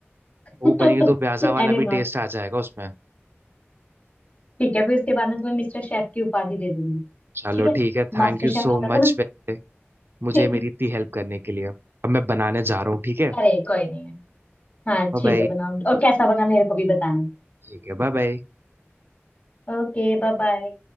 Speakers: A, on the left (about 35°); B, on the right (about 55°).
A: <laughs>
B: वो पनीर दो प्याजा वाला
A: अरे
B: भी
A: वाह
B: टेस्ट आ जाएगा उसमें
A: ठीक है फिर उसके बाद मैं तुम्हें मिस्टर शेफ की उपाधि दे दूंगी
B: चलो
A: ठीक है
B: ठीक है थैंक
A: मास्टर
B: यू
A: शेफ
B: सो
A: आता था
B: मच
A: ना
B: मुझे
A: <laughs>
B: मेरी इतनी हेल्प करने के लिए अब मैं बनाने जा रहा हूँ ठीक है
A: अरे कोई नहीं है हाँ
B: Bye
A: ठीक
B: bye
A: है बनाओ और कैसा बना मेरे को भी बताना
B: ठीक है बाय बाय
A: Okay bye bye